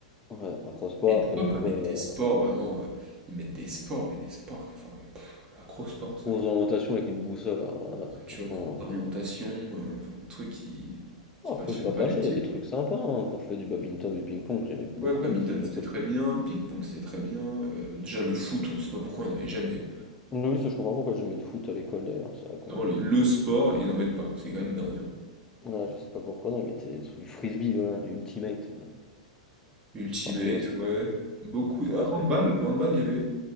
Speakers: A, on the left; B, on the right.
A: Ouais, acro-sport,
B: Et pourquoi
A: après
B: pas
A: quoi?
B: mettre des sports, vraiment, euh, ils mettent des sports, mais des sports, que- enfin, ouais, pff, acro-sport,
A: Grosse
B: ça.
A: orientation avec une boussole, alors là,
B: Ouais, tu
A: franchement.
B: vois, cours d'orientation, euh, enfin, des trucs qui,
A: Bon,
B: qui passionnent
A: Après, je vais pas
B: pas
A: cracher,
B: les petits,
A: il y a des trucs sympas. hein. Quand je fais du badminton, du ping-pong, j'aimais
B: quoi.
A: beaucoup,
B: Ouais, badminton,
A: mais c'est les deux
B: c'était
A: seuls.
B: très
A: sports.
B: bien, ping-pong, c'était très bien. euh, déjà, le foot, on sait pas pourquoi on n'avait jamais.
A: Oui, oui, ça, je comprends pas pourquoi j'ai jamais eu de foot à l'école d'ailleurs. C'est vrai qu'on.
B: Vraiment, le, le sport, ils en mettent pas, c'est quand même dingue. hein.
A: Voilà, je sais pas pourquoi, non, ils mettaient des trucs- du frisbee, voilà, du ultimate. euh.
B: Ultimate,
A: Enfin, tout le respect.
B: ouais. Beaucoup.
A: Tout le
B: Ah,
A: respect.
B: handball, handball, il y avait.